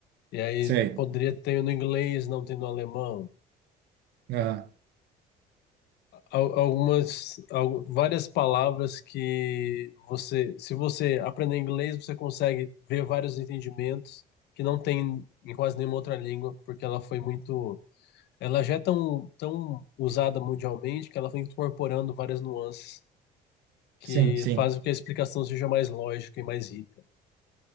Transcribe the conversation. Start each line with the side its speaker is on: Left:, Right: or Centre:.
Left: e aí
Right: sei.
Left: poderia ter no inglês, não tem no alemão.
Right: Ah,
Left: Al- Algumas, al- várias palavras que você, se você aprender inglês, você consegue ver vários entendimentos que não tem em quase nenhuma outra língua, porque ela foi muito, ela já é tão, tão usada mundialmente que ela foi incorporando várias nuances que
Right: sim, sim.
Left: fazem com que a explicação seja mais lógica e mais rica.